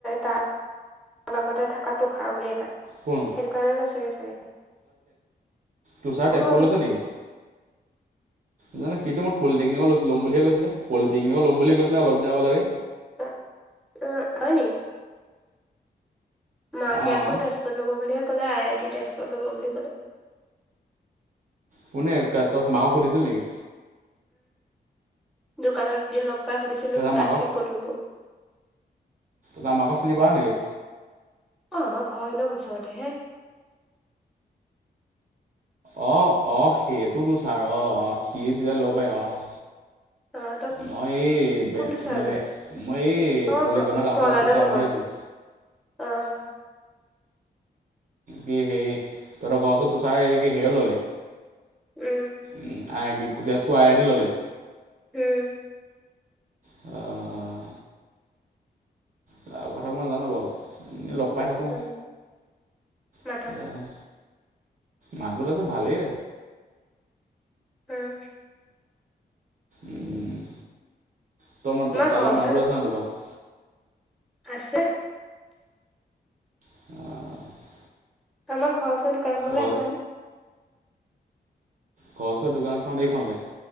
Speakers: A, in the centre; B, on the right.
A: তাৰ লগতে থকা তটোষ <unintelligible> হাউলি এটাই সেইটো
B: কোন
A: কাৰণে লৈ চাগে চাগে।
B: তোৰষাৰ
A: অ'
B: তেজপুৰ লৈছে নেকি। জানো সেটো মই পলিটেকনিক ল'ম বুলিয়ে কৈছিলে পলিটেনিক ল'ম বুলি কৈছিলে অলপ দিন আগলৈকে
A: অ', অ', হয়নি। মাকে
B: অঁ
A: আকৌ তেজপুৰত ল'ব বুলিহে ক'লে আই আই টি তেজপুৰত ল'ব বুলি ক'লে
B: কোনে ক তই মাকক সুধিছিলি নেকি?
A: দোকানত এদিন লগ পাই সুধিছিলোঁ
B: তই তাৰ
A: তাত
B: মাকক
A: সি ক'ত ল'ব।
B: তই মাকৰ চিনি পাওঁ নেকি?
A: অ', আমাৰ ঘৰ একদম ওচৰতেহে
B: অ', অ', সেইটোতো ছাৰ অ', অ', সি তেতিয়া লব পাই অ'।
A: অ' তই
B: মই এই বে
A: কোনটো ছাৰ
B: বেলেগ
A: বুলি?
B: মই এই
A: অ'
B: পলিগনক
A: প্ৰ
B: কাষত
A: প্ৰহ্লাদৰ
B: সোঁচাওঁ
A: লগৰ।
B: বুলি ভাবিছোঁ।
A: অ'।
B: কি হেৰি তহঁতৰ ঘৰ ওচৰত তো চাৰ হেৰি কি হেৰিয়ত ল'লে।
A: উম।
B: উম আইটি তেজপুৰ আই আই টিৰ ল'লে।
A: উম।
B: অ'। অ', তাৰ কথা মই জানোঁ বাৰু। লগ পাই থাকো
A: উম। মাতনে?
B: স মাত বোলো চো ভালেই
A: অ'। <inaudible>
B: উম। <unintelligible> আছে
A: আমাৰ
B: নাই
A: ঘৰৰ ওচৰত
B: ত বাৰু তোমালোকৰ।
A: আছে।
B: অ'।
A: আমাৰ ঘৰৰ ওচৰ দোকাখনলে
B: ঘৰ
A: হয় নে।
B: গছৰ দোকানখন এইখনে